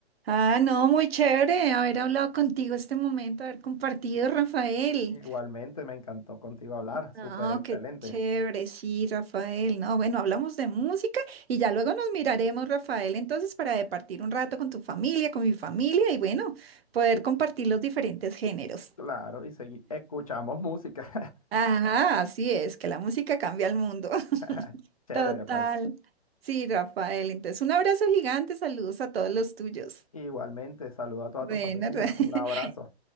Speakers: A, on the right (about 60°); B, on the left (about 35°).
A: Ah, no, muy chévere haber hablado contigo este momento, haber compartido, Rafael.
B: Igualmente, me encantó contigo hablar, súper
A: No,
B: excelente.
A: qué chévere, sí, Rafael. No, bueno, hablamos de música y ya luego nos miraremos, Rafael, entonces para departir un rato con tu familia, con mi familia y bueno, poder
B: Y
A: compartir los diferentes géneros.
B: Claro, y segui- escuchamos música.
A: Ajá, así es, que la música cambia el mundo. <laughs>
B: <laughs> Chévere,
A: Total.
B: pues.
A: Sí, Rafael, entonces un abrazo gigante, saludos a todos los tuyos.
B: Igualmente, saludo a toda
A: Bueno,
B: tu familia,
A: Ra- <laughs>
B: un abrazo.